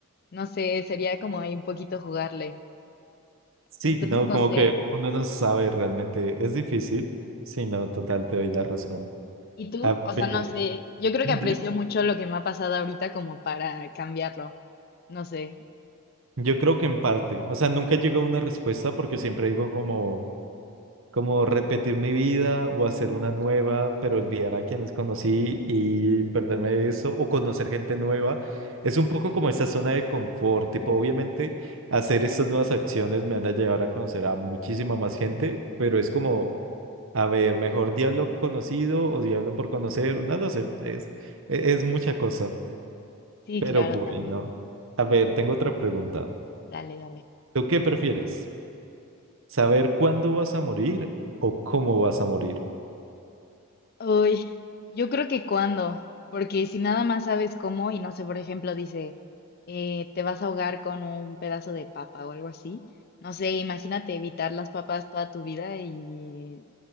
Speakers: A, on the left; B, on the right.
A: no sé, sería como ahí un poquito jugarle,
B: Sí,
A: entonces,
B: no,
A: no
B: como
A: sé.
B: que uno no sabe realmente. Es difícil. Sí, no, total, te doy la razón.
A: ¿Y tú?
B: A
A: O sea,
B: ver.
A: no sé, yo creo
B: Dime.
A: que aprecio mucho lo que me ha pasado ahorita como para cambiarlo. No sé.
B: Yo creo que en parte, o sea, nunca llego a una respuesta porque siempre digo como, como repetir mi vida o hacer una nueva, pero olvidar a quienes conocí y perderme de eso o conocer gente nueva. Es un poco como esa zona de confort, tipo, obviamente hacer estas nuevas acciones me van a llevar a conocer a muchísima más gente, pero es como, a ver, mejor diablo conocido o diablo por conocer, no lo sé, es, e-, es mucha cosa,
A: Sí,
B: pero
A: claro,
B: bueno,
A: también.
B: a ver, tengo otra pregunta.
A: Dale, dale.
B: ¿Tú qué prefieres? ¿Saber cuándo vas a morir o cómo vas a morir?
A: Uy, yo creo que cuando, porque si nada más sabes cómo y no sé, por ejemplo, dice, eh, te vas a ahogar con un pedazo de papa o algo así. No sé, imagínate evitar las papas toda tu vida y